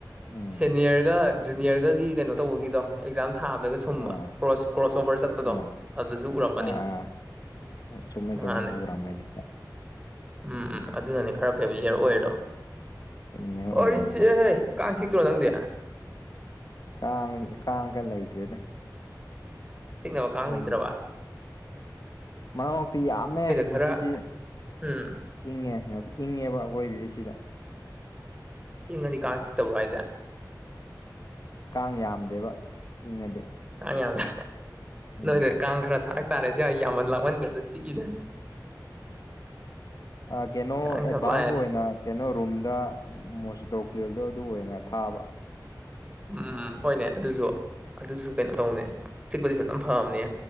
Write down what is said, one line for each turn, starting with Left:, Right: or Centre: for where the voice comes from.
Left: ꯎꯝ
Right: ꯁꯦꯅꯤꯌꯔꯒ ꯖꯨꯅꯤꯌꯔꯒꯒꯤ ꯀꯩꯅꯣ ꯇꯧꯕꯒꯤꯗꯣ ꯑꯦꯛꯖꯥꯝ ꯊꯥꯕꯗꯒ ꯁꯨꯝ
Left: ꯑꯥ
Right: ꯀ꯭ꯔꯣꯁ ꯀ꯭ꯔꯣꯁ ꯑꯣꯕꯔ ꯆꯠ
Left: ꯑꯥ
Right: ꯗꯣ ꯑꯗꯨꯗꯁꯨ ꯎꯔꯝꯃꯅꯤ
Left: ꯑꯥ ꯑꯥ ꯍꯣꯏ ꯆꯨꯝꯃꯦ
Right: ꯃꯥꯅꯦ
Left: ꯆꯨꯝꯃꯦ ꯎꯔꯝꯃꯦ ꯑꯗꯨꯗ
Right: ꯎꯝ ꯎꯝ ꯑꯗꯨꯅꯅꯦ ꯈꯔ ꯐꯦꯃꯤꯂꯤꯌꯔ ꯑꯣꯏꯔꯤꯗꯣ
Left: ꯁꯦꯃꯤꯅꯔ ꯑꯣꯏꯌꯦꯕ
Right: ꯑꯥꯏꯁ ꯆꯤꯛꯑꯦꯍꯩ ꯀꯥꯡ ꯆꯤꯛꯇ꯭ꯔꯣ ꯅꯪꯗꯤ
Left: ꯀꯥꯡ ꯀꯥꯡꯒ ꯂꯩꯇ꯭ꯔꯦꯗ
Right: ꯆꯤꯛꯅꯕ ꯀꯥꯡ
Left: ꯁꯣꯝꯗꯗꯤ
Right: ꯂꯩꯇ꯭ꯥꯔꯕ
Left: ꯃꯔꯛ ꯃꯔꯛꯇꯤ ꯌꯥꯝꯃꯦ ꯉꯁꯤꯗꯤ
Right: ꯈꯔ ꯎꯝ
Left: ꯏꯪꯉꯦ ꯏꯪꯉꯦꯕ ꯑꯩꯈꯣꯏꯖꯤꯗꯤ ꯁꯤꯗ
Right: ꯏꯪꯉꯗꯤ ꯀꯥꯡ ꯆꯤꯛꯇꯕ꯭ꯔꯣ ꯍꯥꯏꯖ‌ꯦ
Left: ꯀꯥꯡ ꯌꯥꯝꯗꯦꯕ ꯏꯪꯉꯗꯤ
Right: ꯀꯥꯡ ꯌꯥꯝꯅ
Left: ꯎꯝ
Right: ꯅꯣꯏꯗ ꯀꯥꯡ ꯈꯔ ꯊꯥꯔꯛ ꯇꯥꯔꯦ ꯁꯋꯥꯏ ꯌꯥꯃꯟ ꯂꯥꯛꯃꯟꯒ꯭ꯔꯦꯗ ꯆꯤꯛꯏꯖ‌ꯦ
Left: ꯑ ꯀꯩꯅꯣ
Right: ꯀꯥꯡ
Left: ꯑꯦꯗꯚꯥꯟꯁ
Right: ꯁꯄ꯭ꯂꯥꯏ
Left: ꯑꯣꯏꯅ ꯀꯩꯅꯣ ꯔꯨꯝꯗ ꯃꯣꯁꯤꯇꯣ ꯀꯨꯏꯜꯗꯣ ꯑꯗꯨ ꯑꯣꯏꯅ ꯊꯥꯕ
Right: ꯎꯝ ꯍꯣꯏꯅꯦ ꯑꯗꯨꯁꯨ ꯑꯗꯨꯁꯨ ꯀꯩꯅꯣ ꯇꯧꯅꯦ ꯆꯤꯛꯄꯗꯤ ꯐꯖꯅ ꯐꯕꯅꯦ